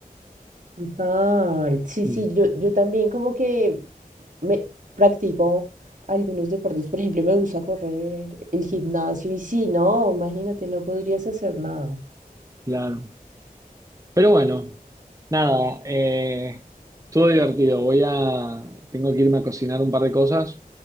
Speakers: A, on the right; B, on the right.
A: Total, sí,
B: Mm,
A: sí, yo, yo también como que me practico algunos deportes, por ejemplo, me gusta correr, el gimnasio, y sí, no, imagínate, no podrías hacer nada.
B: claro. Pero bueno, nada, eh, estuvo divertido. Voy a, tengo que irme a cocinar un par de cosas,